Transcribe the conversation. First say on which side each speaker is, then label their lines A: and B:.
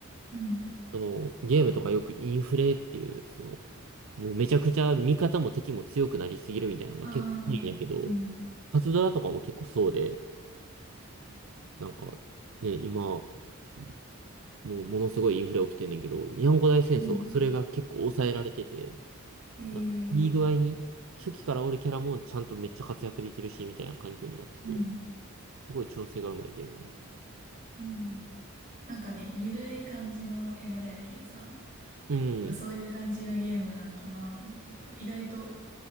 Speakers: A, on the right; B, on the right.
A: うん。
B: そのゲームとかよくインフレっていう、その、もうめちゃくちゃ味方も敵も強くなりすぎるみたいなのが結構多いんやけど、
A: ああ、うん。
B: パズドラとかも結構そうで、なんかね、今、いもうものすごいインフレ起きてんねんけど、にゃんこ大戦争はそれが結構抑えられてて、
A: うん。ええ
B: なんかいい具合に、初期からおるキャラもちゃんとめっちゃ活躍できるし、みたいな環境になってて、
A: うん。
B: すごい調整がうまいゲームだよ。
A: うん。なんかね、ゆるい感じの絵柄やけんさ。
B: うん。
A: だからそういう感じのゲームなんかなと思ったけど、意外と